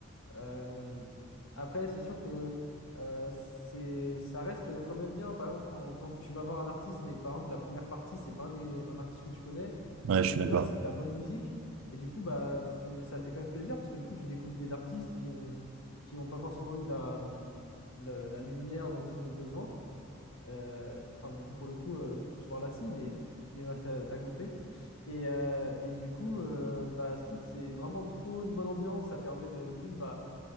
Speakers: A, on the left; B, on the right.
A: euh, après, c'est sûr que euh, c'est, ça reste quand même bien. Par exemple, quand, quand tu vas voir un artiste, mais que par exemple, la première partie, c'est pas un, des- un artiste que tu connais,
B: Ouais,
A: mais qu'au
B: je suis
A: final,
B: d'accord.
A: c'est de la bonne musique. Et du coup, bah, tu- ça fait quand même plaisir, parce que du coup, tu découvres des artistes qui ont, qui ont pas forcément eu la, la la lumière dont ils ont eu besoin. Euh, Enfin, du coup, pour le coup, euh, ce soir-là, si, mais, mais bref, t'as, t'as compris. Et, euh, et du coup, euh, bah, je trouve que c'est vraiment trop une bonne ambiance. Ça permet de, d'une, bah,